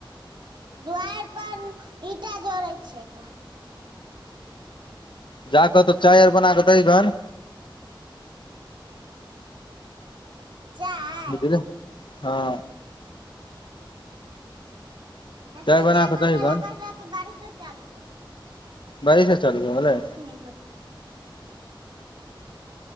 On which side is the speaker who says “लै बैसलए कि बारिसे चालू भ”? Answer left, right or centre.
Right